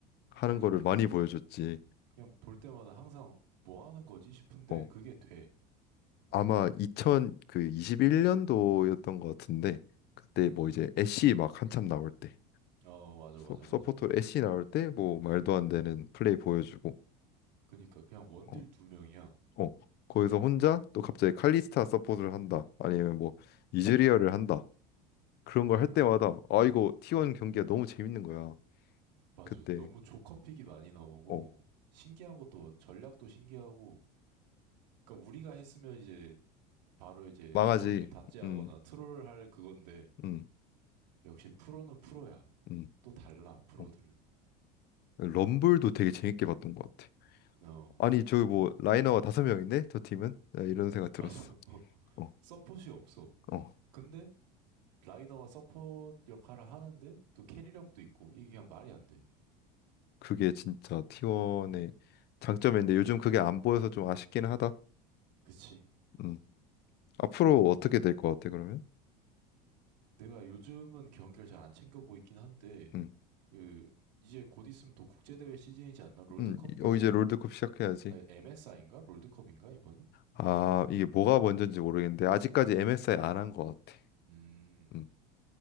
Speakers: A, on the left (about 50°); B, on the right (about 85°).
A: 하는
B: 그니까
A: 거를 많이 보여줬지.
B: 그냥 볼 때마다 항상 뭐 하는 거지 싶은데
A: 어.
B: 그게 돼
A: 아마 2021년도였던 것 같은데 그때
B: 음.
A: 뭐 이제 애쉬 막 한참 나올 때
B: 어, 맞아,
A: 서,
B: 맞아,
A: 서포터로
B: 맞아.
A: 애쉬 나올 때 뭐 말도 안 되는 플레이 보여주고
B: 그니까, 그냥 원딜
A: 어.
B: 두 명이야.
A: 어, 거기서 혼자 또 갑자기 칼리스타 서포트를 한다. 아니면 뭐 이즈리얼을 한다. 그런
B: 그니까.
A: 걸 할 때마다 아 이거 T1 경기가 너무 재밌는 거야.
B: 맞아.
A: 그때
B: 너무 조커픽이 많이 나오고,
A: 어,
B: 신기한 것도, 뭐 전략도 신기하고, 그니까 우리가 했으면 이제, 바로 이제
A: 망하지.
B: 팀원들이 다찌하거나
A: 음,
B: 트롤 할 그건데,
A: 음,
B: 역시 프로는 프로야.
A: 음.
B: 또 달라, 프로들은.
A: 어. 럼블도 되게 재밌게 봤던 것 같아.
B: 어,
A: 아니 저기 뭐 라이너가 다섯 명인데 저 팀은 야, 이런 생각 들었어.
B: 맞아. <laughs>
A: 어,
B: 서폿이 없어.
A: 어.
B: 근데, 라이너가 서폿 역할을 하는데, 또 캐리력도 있고, 이게 그냥 말이 안 돼.
A: 그게 진짜 T1의 장점인데 요즘 그게 안 보여서 좀 아쉽긴 하다.
B: 그치.
A: 음. 앞으로
B: 그래도,
A: 어떻게 될 것 같아 그러면?
B: 내가 요즘은 경기를 잘 안 챙겨 보이긴 한데
A: 음,
B: 그 이제 곧 있으면 또 국제대회 시즌이지 않나? 롤드컵도
A: 음. 이- 어 이제 롤드컵 시작해야지.
B: 아니 MSI인가? 롤드컵인가 이번이?
A: 아, 이게 뭐가 먼저인지 모르겠는데 아직까지 MSI 안 한 것 같아.
B: 음,
A: 음,